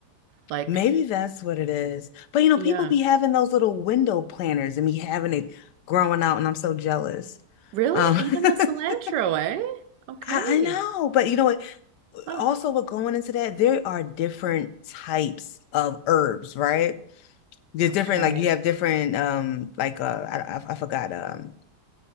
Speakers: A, on the right; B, on the left.
A: Like,
B: Maybe that's what it is. But you know,
A: yeah.
B: people be having those little window planners and be having it growing out, and I'm so jealous.
A: Really?
B: Um,
A: Even
B: <laughs>
A: the cilantro, eh? Okay.
B: I, I know, but you know what?
A: Huh.
B: Also, with going into that, there are different types of herbs, right? There's
A: Okay.
B: different, like you have different, um, like uh, I, I I forgot, um,